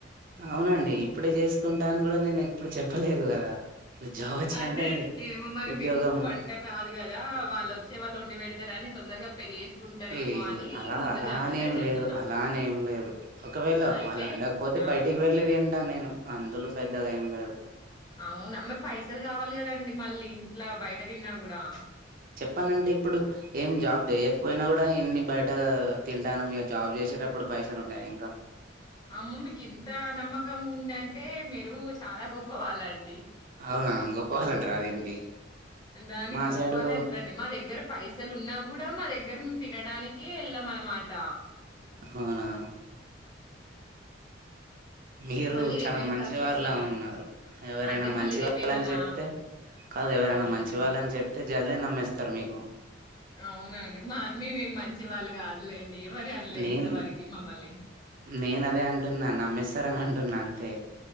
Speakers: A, on the right; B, on the left.
A: అవునండి ఇప్పుడే చేసుకుంటా అని కూడా నేను ఎప్పుడు చెప్పలేదు కదా జాబ్ వచ్చినాకనే
B: అంటే ఏమో మరి
A: ఉద్యోగం
B: మీకు వంటరాదు కదా వాళ్ళు వచ్చే వాళ్ళు వండి పెడు రాని తొందరగా పెళ్లి చేసుకుంటారేమో
A: లేదు
B: అని
A: అలా
B: ముందు
A: అలానేం
B: జాగ్రత్తగా చెప్తున్నా
A: లేదు అలానేం లేదు ఒకవేళ
B: అయితే
A: వాళ్ళ వండకపోతె
B: ఆ
A: బయటికి వెళ్లి దిం ట నేను అందులొ పెద్దగా ఏం లేదు
B: అవునా మరి పైసలు కావాలి కదండి మళ్ళీ ఇంట్లా బయట తిన్నా కూడా
A: పనంటె ఇప్పుడు ఏం జాబ్ చేయకపోయినా కూడ ఇన్ని బయట తింటాను మియ జాబ్ చేసేటప్పుడు పైసలు ఉండయ ఇంక
B: అమ్ మీకింత నమ్మకం ఉందంటె మీరు చాలా గొప్ప వాళ్ళన్
A: అవునా గొప్పవాల్లంటరా దీనికి
B: దానికి
A: మా
B: గొప్పవాళ్ళే
A: సైడు
B: అంటరండి మా దగ్గర పైసలు ఉన్నా కూడా మా దగ్గర మ్ తినడానికి ఎళ్ళమనమాట.
A: అవునా మీరు
B: మళ్ళీ
A: చాలా
B: రేపేం
A: మంచి
B: ఖర్చు
A: వారులా
B: వస్తదని
A: ఉన్నారు ఎవరైనా
B: అంటే
A: మంచి
B: మళ్ళీ రేపేమన్నా
A: వాళ్ళని చెప్తే కాదు ఎవరైనా
B: అవునండి
A: మంచి వాళ్ళని చెప్తే జల్ది నమ్మేస్తారు మీకు
B: అవునండి మా మేమేం మంచి వాళ్ళు కాదులేండి ఎవరు అనలే
A: నేను
B: ఇంతవరకి మమ్మల్ని
A: నేనదే అంటున్నా నమ్మేస్తారని అంట్ టున్న అంతే